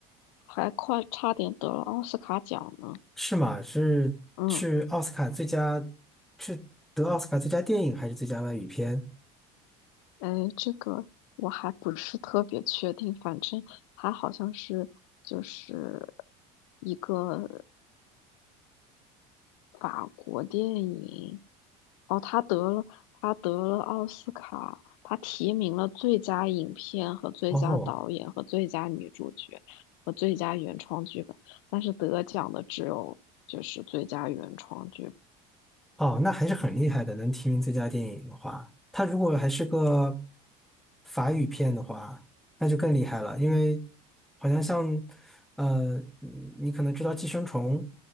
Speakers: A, on the left; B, in the centre.
A: 还快差点得了奥斯卡奖呢。
B: 是吗？是是奥斯卡最佳，
A: 嗯，
B: 是得奥斯卡最佳电影还是最佳外语片？
A: 哎，这个我还不是特别确定，反正它好像是就是一个。法国电影，哦，他得了，他得了奥斯卡，他提名了最佳影片和最佳导演和最佳女主角和最佳原创剧本，
B: 哦
A: 但是得奖的只有就是最佳原创剧本。
B: 哦，那还是很厉害的，能提名最佳电影的话，它如果还是个法语片的话，那就更厉害了，因为好像像呃，你你可能知道《寄生虫》，